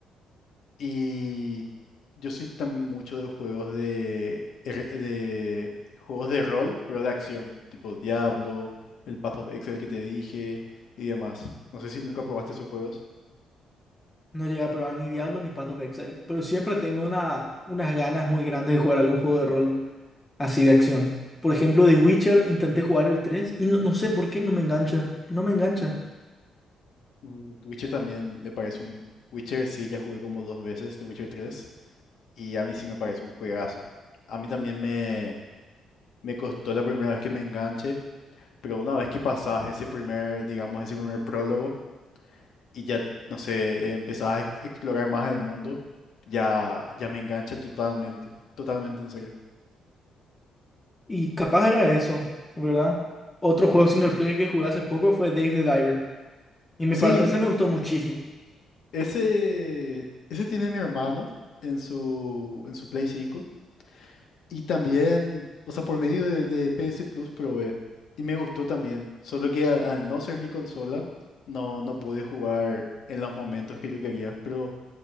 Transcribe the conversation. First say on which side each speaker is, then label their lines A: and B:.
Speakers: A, on the left (about 70°); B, on the left (about 20°).
A: Y yo soy también mucho de juegos de, R- de juegos de rol, pero de acción, tipo Diablo, el Path of Exile que te dije y demás. No sé si nunca probaste esos juegos.
B: No llegué a probar ni Diablo ni Path of Exile, pero siempre tengo una, unas ganas muy grandes de jugar algún juego de rol así de acción. Por ejemplo, The Witcher, intenté jugar el 3 y no, no sé por qué no me engancha, no me engancha.
A: Mm, Witcher también me parece un... Witcher sí, ya jugué como dos veces, de Witcher tres y a mí sí me parece un juegazo. A mí también me, me costó la primera vez que me enganché, Pero una vez que pasás ese primer, digamos, ese primer prólogo y ya, no sé, empezás a ex- explorar más el mundo, ya, ya me enganché totalmente, totalmente en serio.
B: Y capaz era eso, ¿verdad? Otro juego single player que jugué hace poco fue Dave the Diver. Y me,
A: Sí,
B: pare- ese me gustó muchísimo.
A: ese, ese tiene mi hermano en su, en su Play cinco y también, o sea, por medio de, de PS Plus probé y me gustó también, solo que al, al no ser mi consola, no, no pude jugar en los momentos que yo quería, pero...